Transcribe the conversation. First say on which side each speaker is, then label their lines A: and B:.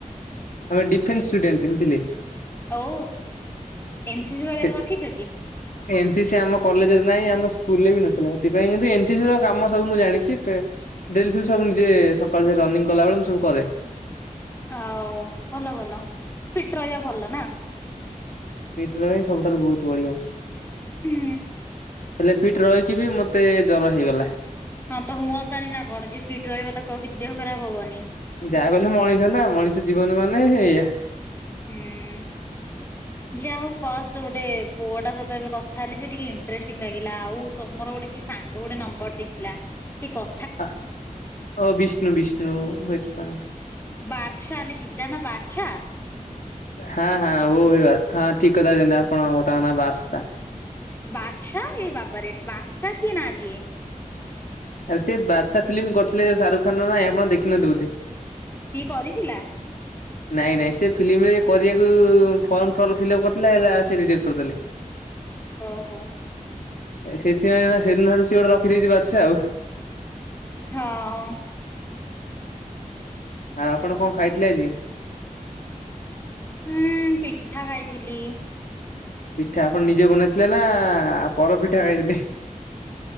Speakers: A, on the left; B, on the left.
A: ଆମେ ଡିଫେନ୍ସ ଷ୍ଟୁଡେନ୍ଥ ବୁଝିଲେ।
B: ହଉ ଏନସି ସି ବଗେରା
A: ସେ
B: ରଖିଛ କି?
A: ଏନ୍ ସି ସି ଆମ କଲେଜ୍ ରେ ନାହିଁ ଆମ ସ୍କୁଲ୍ ରେ ବି ନଥିଲା ସେଥିପାଇଁ କିନ୍ତୁ ଏନ୍ ସି ସି ର କାମ ସବୁ ମୁଁ ଜାଣିଛି। ଡିଲ୍ ଫିଲ୍ ସବୁ ନିଜେ ସକାଳୁ ସେ ରନିଂ କଲାବେଳେ ମୁଁ ସବୁ କରେ।
B: ଆଉ ଭଲ ଭଲ ଫିଟ୍ ରହିବା ଭଲ ନା?
A: ଫିଟ୍ ରହ ସବୁଠାରୁ ବୋହୁତ ବଢିଆ ହେଲେ
B: ହୁଁ।
A: ଫିଟ୍ ରହିକି ବି ମତେ ଏତେ ଜର ହେଇଗଲା।
B: ହଁ ତ ହୁଅନ୍ତାନି ନା କଣ ଯିଏ ଫିଟ୍ ରହିବ ତାକୁ ଆଉ କିଛି ଦେହ ଖରାପ ହବନି।
A: ଯାହା ବି ହେଲେ ମଣିଷ ନା ମଣିଷ ଜୀବନ ମାନେ ଏୟା।
B: ହୁଁ। ଯାହା ହୋଉ ଫାଷ୍ଟ ଗୋଟେ ପୁଅଟା ସହିତ ଏବେ କଥା ହେଲି ଯେ ଟିକେ ଇଣ୍ଟ୍ରେଷ୍ଟିଙ୍ଗ ଲାଗିଲା ଆଉ ତମର ଗୋଟେ କିଏ ସାଙ୍ଗ ଗୋଟେ ନମ୍ବର୍ ଦେଇଥିଲା ସେ କ
A: ଅ ଓ ବିଷ୍ଣୁ ବିଷ୍ଣୁ ହୁଏତ ତା ନାଁ।
B: ବାଦସା ଲେଖିଛି ତା ନା ବାଦସା?
A: ହଁ ହଁ ବୋ ଭ ହଁ ଠିକ୍ କଥା କହିଲେ ଆପଣ ତାଙ୍କ ନାଁ ବାସ୍ତା।
B: ବାଦଶା ଏ ବାବାରେ ବାସ୍ତା କି ନାଁ ଦିଏ?
A: ଆରେ ସେ ବାଦଶା ଫିଲ୍ମ କରିଥିଲେ ଯୋଉ ଶାରୁଖାନ୍ ର ନାଇଁ ଆପଣ ଦେଖିନହାନ୍ତି ବୋଧେ?
B: ସିଏ କରିଥିଲା?
A: ନାଇଁ ନାଇଁ ସେ ଫିଲ୍ମରେ କରିବାକୁ ଫର୍ମ ଫର୍ ଫିଲ୍ଅପ୍ କରିଥିଲେ ହେଲା ସେ ରିଜେକ୍ଟ କରିଦେଲେ।
B: ଓ ହୋ।
A: ଏ ସେଇଥିପାଇଁ ସେ ଦିନଠାରୁୁ ସେ ଗୋଟେ ରଖିଦେଇଛି ବାଛା ଆଉ।
B: ହଁ।
A: ହଁ ଆପଣ କଣ ଖାଇଥିଲେ ଆଜି?
B: ହୁଁ ପିଠା ଖାଇଥିଲି।
A: ପିଠା ଆପଣ ନିଜେ ବନେଇଥିଲେ ନା ପର ପିଠା ଖାଇଥିଲେ?